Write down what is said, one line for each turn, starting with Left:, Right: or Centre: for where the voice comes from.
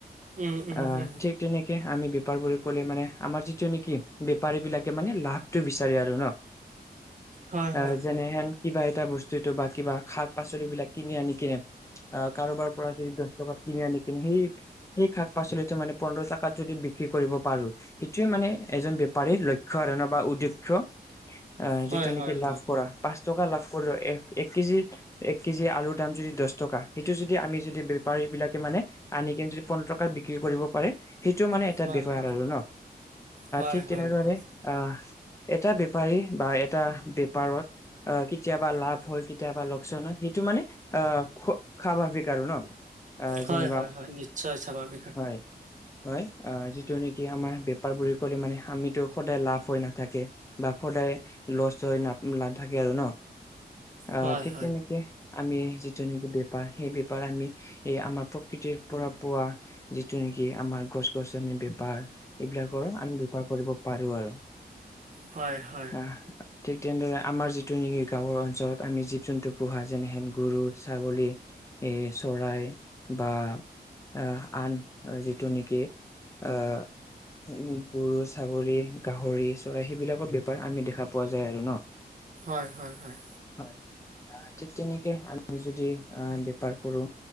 Right: উম উম
Left: অঁ
Right: উম
Left: ঠিক তেনেকে আমি বেপাৰ বুলি ক'লে মানে আমাৰ যিটো নেকি বেপাৰী বিলাকে মানে লাভ টো বিচাৰে আৰু ন,
Right: হয়
Left: অঁ
Right: হয়
Left: যেনেহেন
Right: হয়
Left: কিবা এটা বস্তুতটো বা কিবা শাক পাচলিবলাক কিনি আনি কিনে এ কাৰোবাৰ পৰা যদি দশ টকাত কিনি আনি কিনে সেই সেই শাক পাচলিটো মানে পোন্ধৰ টকাত যদি বিক্ৰী কৰিব পাৰো। সেইটোৱে মানে এজন বেপাৰীৰ লক্ষ্য আৰু ন বা উদ্দেক্ষ। আহ
Right: হয়
Left: যিটো নেকি
Right: হয়
Left: লাভ
Right: হয়
Left: কৰা পাঁচ টকা লাভ কৰিলো, এক এক কেজি এক কেজি আলুৰ দাম যদি দহ টকা সেইটো যদি আমি যদি বেপাৰী বিলাকে মানে। আনি কিনে যদি পোন্ধৰ টকাত বিক্ৰী কৰিব পাৰে। সেইটো মানে
Right: হয়
Left: এটা বেপাৰ
Right: হয় হয়
Left: আৰু ন
Right: হয়
Left: ঠিক
Right: হয়
Left: তেনেদৰে।
Right: হয়
Left: আহ এটা বেপাৰী বা এটা বেপাৰত। অ কেতিয়াবা লাভ হয় কেতিয়াবা লোকচান হয় সেইটো মানে। আহ খ খাবা বিকা আৰু ন। আহ যেনিবা
Right: হয় হয় হয় নিশ্চয় স্বাভাৱিক।
Left: হয়। হয় অ যিটো নেকি আমাৰ বেপাৰ বুলি কলে মানে আমিতো সদায় লাভ হৈ নাথাকে। বা সদায় লচ হৈ ন নাথাকে আৰু ন আহ
Right: হয়,
Left: ঠিক
Right: হয়,
Left: তেনেকে। আমি যিটো নেকি বেপাৰ সেই বেপাৰ আমি এই আমাৰ প্ৰকৃতিৰ। পৰা পোৱা যিটো নেকি আমাৰ গছ গছনিৰ বেপাৰ এইবিলাকৰ আমি বেপাৰ। কৰিব পাৰো আৰু।
Right: হয় হয়
Left: আহ
Right: হয়।
Left: ঠিক তেনেদৰে আমাৰ যিটো নেকি গাঁওৰ অঞ্চলত আমি জীৱ জন্তু পোহা যেনেহেন গৰু ছাগলী। এই চৰাই বা। অহ আন যিটো নেকি অ। উম গৰু, ছাগলী, গাহৰি, চৰাই সেইবিলাকৰ বেপাৰ আমি দেখা পোৱা যায় আৰু ন। <inaudible>
Right: হয় হয় হয়
Left: হয়। অ ঠিক তেনেকে আমি যদি আহ বেপাৰ কৰো